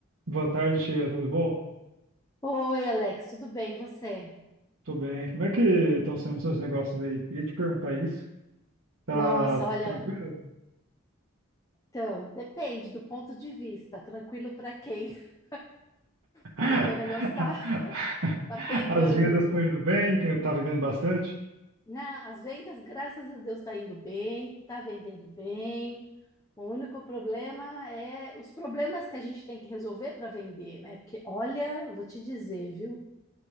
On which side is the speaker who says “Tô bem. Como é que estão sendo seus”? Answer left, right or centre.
Right